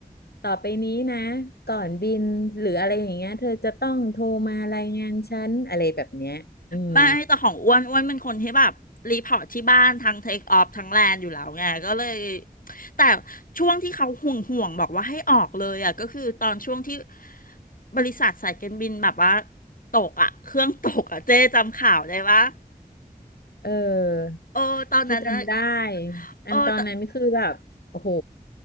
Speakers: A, on the left (about 85°); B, on the left (about 60°).
A: ต่อไปนี้นะก่อนบินหรืออะไรอย่างเงี้ยเธอจะต้องโทรมารายงานฉันอะไรแบบเนี้ยอืม
B: ไม่แต่ของอ้วนอ้วนเป็นคนที่แบบรีพอร์ตที่บ้านทั้งเทคออฟทั้งแลนอยู่แล้วไงก็เลยแต่ช่วงที่เขาห่วงห่วงบอกว่าให้ออกเลยอะก็คือตอนช่วงที่บริษัทสายการบินแบบว่าตกอะเครื่องตกอะเจ้จำข่าวได้ปะ
A: เออ
B: เออตอนนั้นนะ
A: คือจำได้
B: เออแต่
A: อันตอนนั้นคือแบบโอ้โห